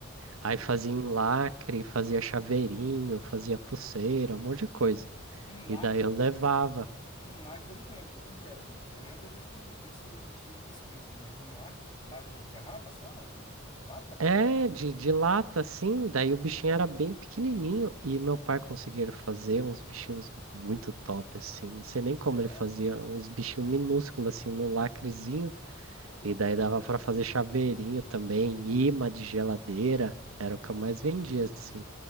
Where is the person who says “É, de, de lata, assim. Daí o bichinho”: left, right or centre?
Right